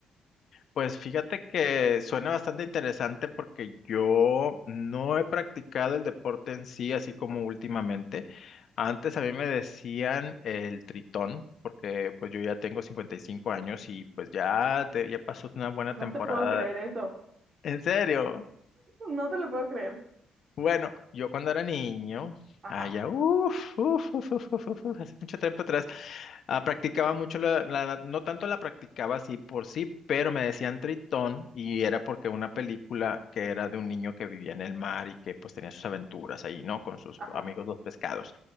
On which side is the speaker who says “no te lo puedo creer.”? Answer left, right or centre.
Right